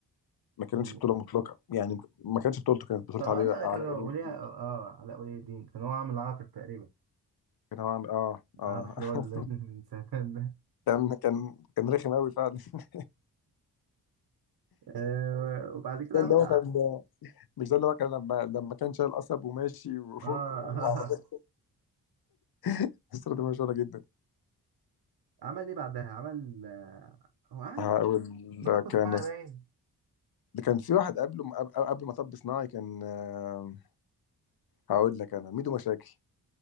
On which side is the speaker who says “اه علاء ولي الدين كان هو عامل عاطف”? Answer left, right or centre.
Right